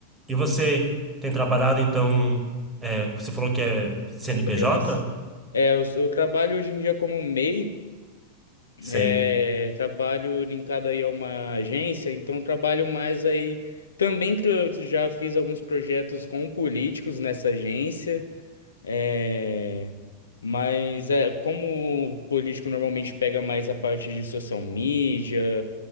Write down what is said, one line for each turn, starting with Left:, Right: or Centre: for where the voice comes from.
Right: E você tem trabalhado, então, é, você falou que é CNPJ?
Left: Programas. É, eu, sou- eu trabalho hoje em dia como MEI,
Right: Sim,
Left: é, trabalho linkado aí a uma agência, então trabalho mais aí. Também tra- já fiz alguns projetos com políticos nessa agência. É, mas é como o político normalmente pega mais a parte de social media